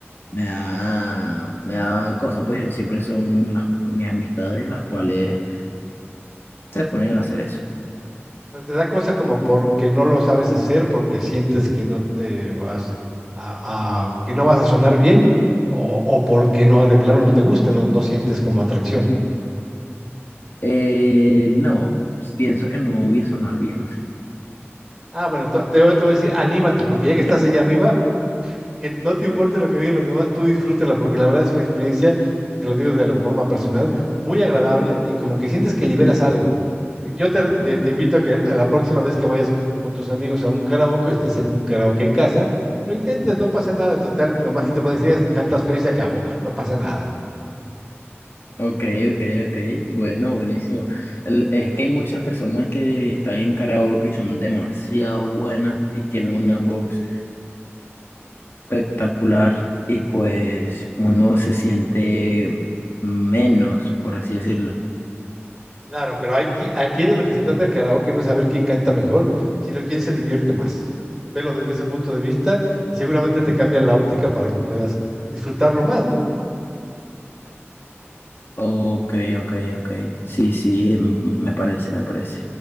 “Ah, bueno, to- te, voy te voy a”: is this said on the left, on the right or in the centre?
Centre